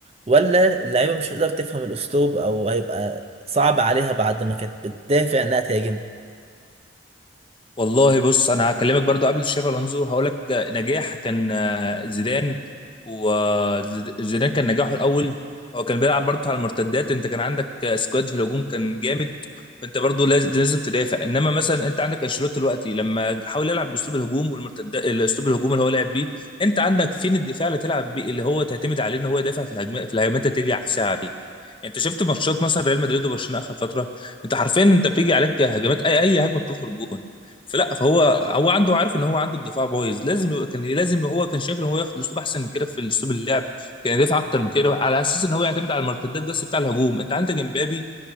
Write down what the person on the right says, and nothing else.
ولا اللعيبة مش هتقدر تفهم الأسلوب أو هيبقى صعب عليها بعد ما كانت بتدافع إنها تهاجم